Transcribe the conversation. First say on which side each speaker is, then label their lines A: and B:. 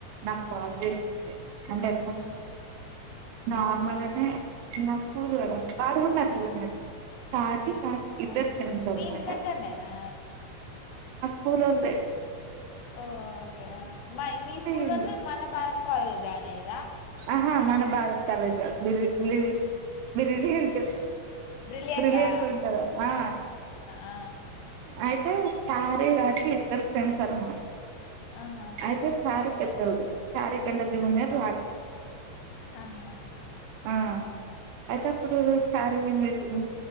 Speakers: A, on the right; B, on the left.
A: నాకు కాల్ చేసింది అంటే ఎట్లా
B: ఉమ్,
A: నార్మల్నే
B: ఆ,
A: నా స్కూల్ కద పాడుగున్నట్న్నారు చాటి ఇద్ద
B: ఆ.
A: అన్నమాట
B: మీ ఇంటి దగ్గరనేనా
A: కురుంది
B: ఓ ఓకే మీ స్కూల్ల్లో
A: ఇది
B: మన భారత కాాలజ జయిన్య్యదు
A: ఆహా మన భారత్ తాల చల్ బిరి బి బిర్యానీ ఉంట
B: బ్రిలియంటా
A: బ్రిలియంట్ ఉంటంది ఆ
B: ఆ ఆ
A: అయితే సారే రాత్ర ఇద్దరు ఫ్రెండ్స్ అలా మ
B: ఆ ఆహా
A: అయితే సార్ పెద్దడు చారిఖండ జూనియర్ రా
B: ఆహా
A: ఆ అయితే అప్పుడు శారీ ఏమిచేసింది